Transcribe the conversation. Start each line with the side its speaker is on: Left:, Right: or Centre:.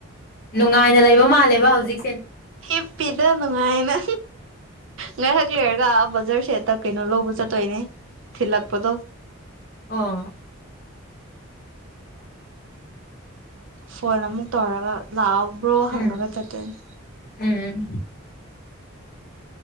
Left: ꯅꯨꯡꯉꯥꯏꯅ ꯂꯩꯕ ꯃꯥꯜꯂꯦꯕ ꯍꯧꯖꯤꯛ
Right: ꯍꯤꯞ ꯄꯤꯗ ꯅꯨꯡꯉꯥꯏꯅ ꯉꯥꯏꯍꯖꯤꯔꯒ ꯕꯖꯥꯔ ꯁꯦꯠꯇ ꯀꯩꯅꯣ ꯂꯧꯕ ꯆꯠꯇꯣꯏꯅꯦ ꯊꯤꯜꯂꯛꯄꯗꯣ
Left: ꯑ
Right: ꯐꯣꯟ ꯑꯃꯨꯛ ꯇꯧꯔꯒ ꯂꯥꯛꯑꯣ ꯕ꯭ꯔꯣ ꯍꯪꯉꯒ
Left: ꯎꯝ
Right: ꯆꯠꯇꯣꯢꯅꯤ
Left: ꯎꯝ